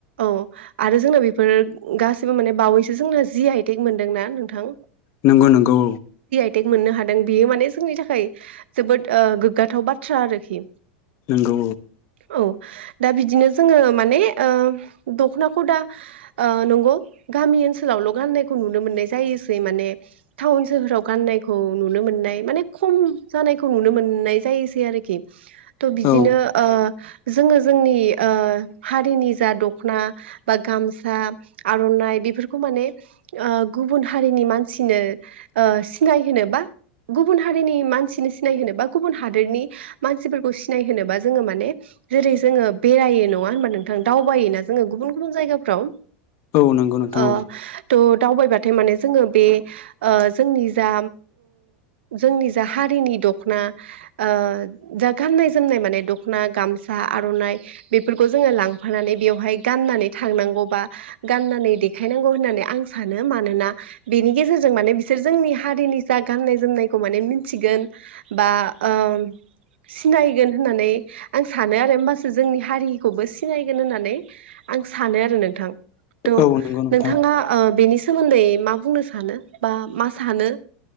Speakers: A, on the right; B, on the left.
A: औ आरो जोंना बेफोर गासिबो माने बावैसो जोंना जि आइटेक मोनदोंना नोंथां
B: नंगौ नंगौ
A: दि मोननो हादों बियो माने जोंनि थाखाय जोबोद ओ गोग्गाथाव बाथ्रा आरोखि
B: नंगौ
A: औ दा बिदिनो जोङो माने ओ दख'नाखौ दा नंगौ गामि ओनसोलावल' गाननायखौ नुनो मोननाय जायोसै माने टाउन सोहोराव गाननायखौ नुनो मोननाय माने खम जानायखौ नुनो मोननाय जायोसै आरोखि थ' बिदिनो
B: औ
A: ओ जोङो जोंनि ओ हारिनि जा दख'ना बा गामसा आर' नाय बेफोरखौ माने ओ गुबुन हारिनि मानसिनो ओ सिनाय होनो बा गुबुन हारिनि मानसिनो सिनायहोनो बा गुबुन हादोरनि मानसिफोरखौ सिनाय होनोनोबा जोङो माने जेरै जोङो बेरायो नङा होनबा नोंथां दावबायायोना जोङो गुबुन गुबुन जायगाफ्राव
B: औ नंगौ नोंथां
A: ओ थ' दावबायबाथाय माने जोङो बे ओ जोंनि जा जोंनि जा हारिनि दख'ना ओ दा गाननाय जोमनाय माने दख'ना गामसा आर'नाइ बेफोरखौ जोङो लांफानानै बेवहाय गाननानै थांगौ बा गानानै देखायनांगौ होननानै आं सानो मानोना बेनि गेजेरजों जों माने बिसोर जोंनि हारिनि जा गाननाय जोमनायखौ माने मिथिगोन बा ओ सिनायगोन होननानै आं सानो आरो होमबासो जोंनि हारिखौबो सिनायगोन होननानै आं सानो आरो नोंथां थ'
B: औ नंगौ नोंथां
A: नोंथाङा ओ बेनि सोमोन्दै मा बुंनो सानो बा मा सानो